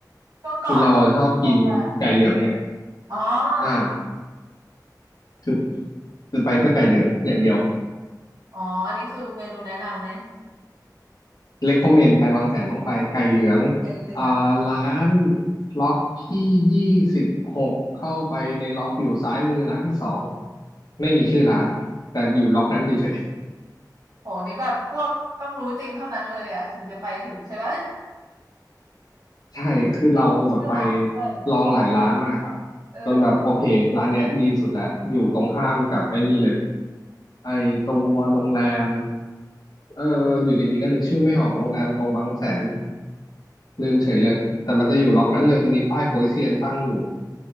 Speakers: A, on the right; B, on the left.
A: ช่วงก่อน
B: คือเราอะชอบกินไก่เหลืองไง
A: เอามาอ๋อ
B: อ่าคือคือไปเพื่อไก่เหลืองอย่างเดียว
A: อ๋ออันนี้คือเมนูแนะนำไหม
B: recommend ไปบางแสนต้องไปไก่เหลือง
A: ไอเรือง
B: อ่าร้านล็อกที่ยี่สิบหกเข้าไปในล็อกอยู่ซ้ายมือร้านที่สองไม่มีชื่อร้านแต่อยู่ล็อกนั้นเฉย
A: โหนี่แบบพวกต้องรู้จริงเท่านั้นเลยอ่ะถึงจะไปถึงใช่ปะ
B: ใช่คือเราคือแบบไป
A: <laughs> ไม่มีชื่อร้านด้วย
B: ลองหลายร้านมากอ่ะ
A: <laughs> เออ
B: จนแบบโอเคร้านเนี้ยดีสุดแล้วอยู่ตรงข้ามกับไอ้นี่เลยไอ้ตัวโรงแรมเอออยู่ดีๆก็นึกชื่อไม่ออกโรงแรมตรงบางแสนลืมเฉยเลยแต่มันจะอยู่ล็อกนั้นเลยจะมีป้ายโป๊ยเซียนตั้งอยู่